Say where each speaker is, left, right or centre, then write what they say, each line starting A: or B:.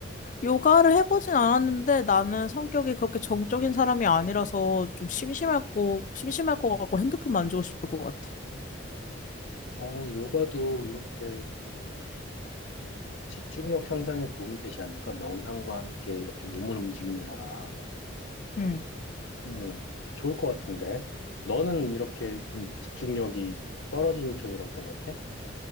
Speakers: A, on the left; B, on the left.
A: 요가를 해보진 않았는데 나는 성격이 그렇게 정적인 사람이 아니라서 좀 심심할고 심심할 것 같고 핸드폰 만지고 싶을 것 같아.
B: 어, 요가도 이렇게 집중력 향상에 도움이 되지 않을까? 명상과 함께 이렇게 몸을 움직이는 거라.
A: 음,
B: 음, 좋을 것 같은데. 너는 이렇게 좀 집중력이 떨어지는 편이라고 생각해?